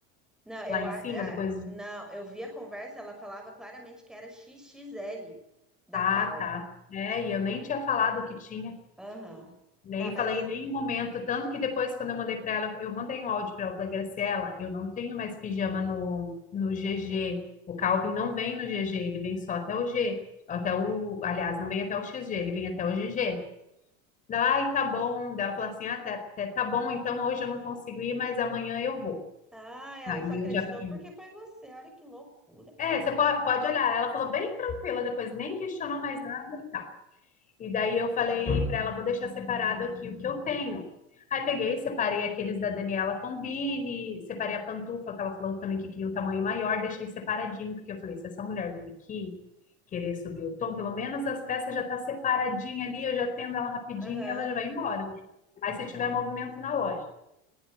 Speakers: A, in the centre; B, on the left (about 25°).
A: Não, eu,
B: lá em
A: a-
B: cima,
A: a-
B: depois
A: não, eu vi a conversa, ela falava claramente que era X X L da
B: Ah,
A: Calvo.
B: tá. É, e eu nem tinha falado que tinha,
A: Aham.
B: nem
A: Dá, mas
B: falei
A: e...
B: em nenhum momento. Tanto que depois, quando eu mandei para ela, eu mandei um áudio para ela, falei, Graciela, eu não tenho mais pijama no, no GG. O Calvin não vem no GG, ele vem só até o G. Até o, aliás, não vem até o XG, ele vem até o GG. Daí, ela, ai, tá bom. Daí ela falou assim: ah, tá, tá tá bom, então hoje eu não consigo ir, mas amanhã eu vou.
A: Ah, ela
B: Aí
A: só acreditou
B: eu já fiquei.
A: porque foi você. Olha que loucura.
B: É, você po- pode olhar. Ela falou bem tranquila depois, nem questionou mais nada. E daí eu falei para ela, vou deixar separado aqui o que eu tenho. Aí peguei, separei aqueles da Daniela Tombini, separei a pantufa, que ela falou também que queria um tamanho maior, deixei separadinho, porque eu falei, se essa mulher vir aqui querer subir o tom, pelo menos as peças já tá separadinha ali, eu já tendo ela rapidinho
A: Aham.
B: e ela já vai embora, né? Mas se tiver
A: É.
B: movimento na loja.